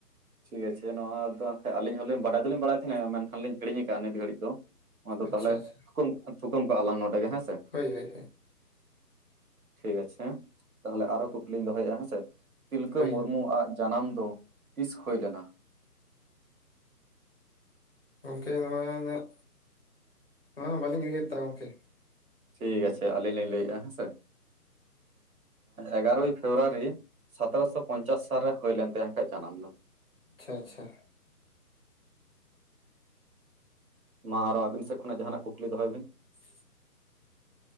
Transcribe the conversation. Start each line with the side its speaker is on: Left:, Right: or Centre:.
Right: ᱴᱷᱤᱠ ᱟᱪᱷᱮ ᱱᱚᱣᱟ ᱫᱚ ᱮᱱ ᱠᱷᱟᱡ ᱟᱹᱞᱤᱧ ᱦᱚᱸᱞᱤᱧ ᱵᱟᱰᱟᱭ ᱫᱚᱞᱤᱧ ᱵᱟᱲᱟᱭ ᱛᱟᱦᱮᱸᱱᱟ ᱢᱮᱱᱠᱷᱟᱱ ᱞᱤᱧ ᱦᱤᱲᱤᱧ ᱟᱠᱟᱫ ᱱᱤᱛ ᱜᱷᱟᱹᱲᱤᱡ ᱫᱚ᱾ ᱱᱚᱣᱟ ᱫᱚ
Left: ᱟᱪᱪᱷᱟ
Right: ᱛᱟᱦᱞᱮᱢ
Left: ᱟᱪᱪᱷᱟ
Right: ᱛᱷᱩᱠᱟᱹᱢ ᱛᱷᱩᱠᱟᱹᱢ ᱠᱟᱜᱼᱟ ᱞᱟᱝ ᱱᱚᱰᱮ ᱜᱮ ᱦᱮᱸᱥᱮ᱾
Left: ᱦᱳᱭ ᱦᱳᱭ
Right: ᱴᱷᱤᱠ ᱟᱪᱷᱮ ᱦᱮᱸ ᱛᱟᱦᱞᱮ ᱟᱨᱚ ᱠᱩᱠᱞᱤᱧ ᱫᱚᱦᱚᱭᱮᱫᱼᱟ ᱦᱮᱸᱥᱮ ᱛᱤᱞᱠᱟᱹ
Left: ᱦᱳᱭ
Right: ᱢᱩᱨᱢᱩᱣᱟᱜ ᱡᱟᱱᱟᱢ ᱫᱚ ᱛᱤᱥ ᱦᱳᱭ ᱞᱮᱱᱟ?
Left: ᱜᱚᱢᱠᱮ ᱱᱚᱣᱟ ᱨᱮᱱᱟᱜ ᱱᱚᱣᱟ ᱦᱚᱸ ᱵᱟᱹᱞᱤᱧ ᱩᱭᱦᱟᱹᱨ ᱮᱫᱟ ᱜᱚᱢᱠᱮ᱾
Right: ᱴᱷᱤᱠ ᱟᱪᱷᱮ ᱟᱹᱞᱤᱧ ᱞᱤᱧ ᱞᱟᱹᱭᱮᱜᱼᱟ ᱦᱮᱸᱥᱮ ᱮᱜᱟᱨᱳᱭ ᱯᱷᱮᱵᱨᱩᱣᱟᱨᱤ ᱥᱚᱛᱮᱨᱚᱥᱚ ᱯᱚᱧᱪᱟᱥ ᱥᱟᱞ ᱨᱮ ᱦᱩᱭ ᱞᱮᱱ ᱛᱟᱭᱟ ᱠᱷᱟᱡ ᱡᱟᱱᱟᱢ ᱫᱚ᱾
Left: ᱟᱪᱪᱷᱟ ᱟᱪᱪᱷᱟ
Right: ᱢᱟ ᱟᱨᱚ ᱟᱵᱤᱱ ᱥᱮᱫ ᱠᱷᱚᱱᱟᱜ ᱡᱟᱦᱟᱱᱟᱜ ᱠᱩᱠᱞᱤ ᱫᱚᱦᱚᱭ ᱵᱤᱱ᱾
Left: <inaudible>